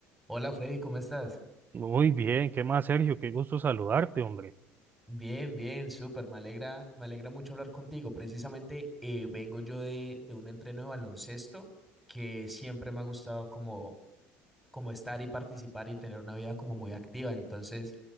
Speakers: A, in the centre; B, on the right.
A: Hola Freddy, ¿cómo estás?
B: Muy bien, ¿qué más, Sergio? Qué gusto saludarte, hombre.
A: Bien, bien, súper. Me alegra, me alegra mucho hablar contigo. Precisamente eh, vengo yo de, de un entreno de baloncesto que siempre me ha gustado como, como estar y participar y tener una vida como muy activa. Entonces,